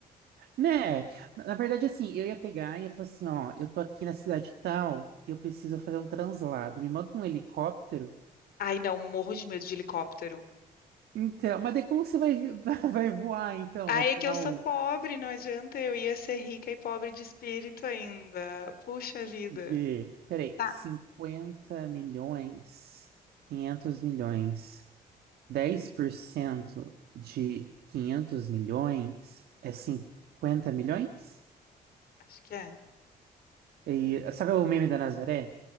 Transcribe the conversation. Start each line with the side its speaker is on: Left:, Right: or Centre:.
Right: Né? Na na verdade, assim, eu ia pegar e ia falar assim, ó, eu tô aqui na cidade tal e eu preciso fazer um translado. Me manda um helicóptero.
Left: Ai, não, morro de medo de helicóptero.
Right: Então, mas daí como você vai, vi- <laughs> vai vai voar, então?
Left: Aí
Right: Vai tomar
Left: é que eu sou
Right: o
Left: pobre, não adianta eu ia ser rica e pobre de espírito ainda. Puxa vida.
Right: B. Peraí,
Left: Tá.
Right: cinquenta milhões, quinhentos milhões, 10% de 500 milhões é 50 milhões?
Left: Acho que é.
Right: E, sabe o meme da Nazaré